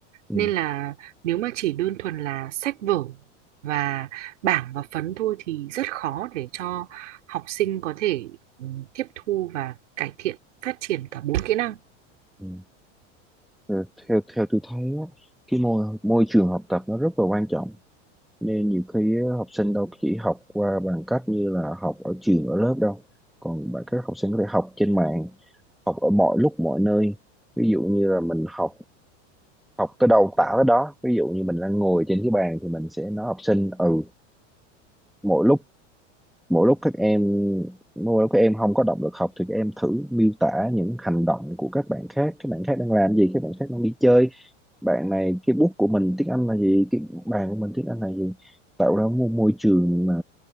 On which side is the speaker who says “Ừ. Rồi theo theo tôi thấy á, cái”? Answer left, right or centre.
Centre